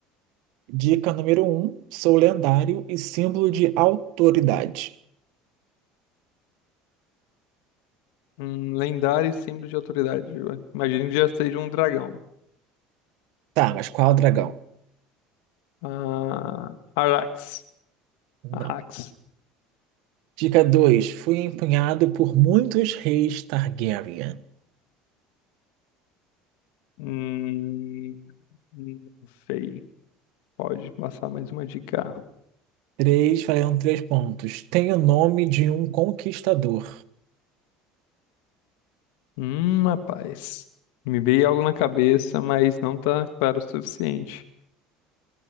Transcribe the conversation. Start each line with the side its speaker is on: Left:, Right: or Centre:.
Right: Dica número um, sou lendário e símbolo de autoridade.
Left: Um lendário e símbolo de autoridade. Eu Imagino que já seja um dragão.
Right: Tá, mas qual dragão?
Left: Ah, Arax.
Right: Não.
Left: Arax.
Right: Dica 2 fui empunhado por muitos reis Targaryen.
Left: Hum, não sei. Pode passar mais uma dica.
Right: 3, valendo 3 pontos. Tenho o nome de um conquistador.
Left: Hum, rapaz. Me veio algo na cabeça, mas não tá claro o suficiente.